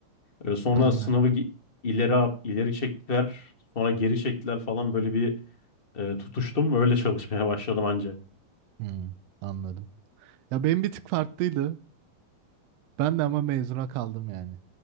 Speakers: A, on the left; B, on the right.
A: Ee, sonra
B: Ben
A: sınavı
B: de.
A: gi- ileri ap- ileri çektiler, sonra geri çektiler falan böyle bir e, tutuştum. Öyle çalışmaya <laughs> başladım anca.
B: Hmm, anladım. Ya benim bir tık farklıydı. Ben de ama mezuna kaldım yani.